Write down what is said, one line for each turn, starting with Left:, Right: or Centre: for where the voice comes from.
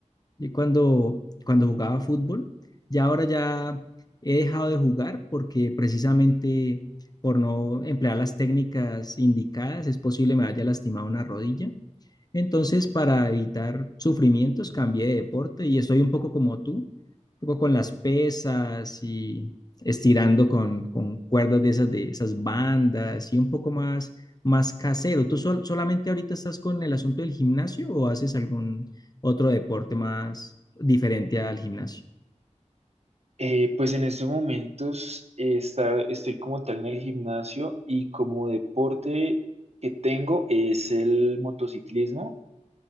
Left: Y cuando, cuando jugaba fútbol, ya ahora ya he dejado de jugar porque precisamente por no emplear las técnicas indicadas es posible me haya lastimado una rodilla entonces, para evitar sufrimientos, cambié de deporte y estoy un poco como tú, un poco con las pesas y estirando con, con cuerdas de esas, de esas bandas y un poco más, más casero. ¿Tú sol- solamente ahorita estás con el asunto del gimnasio o haces algún otro deporte más diferente al gimnasio?
Right: Eh, pues en estos momentos eh, está- estoy como tal en el gimnasio y como deporte que tengo es el motociclismo,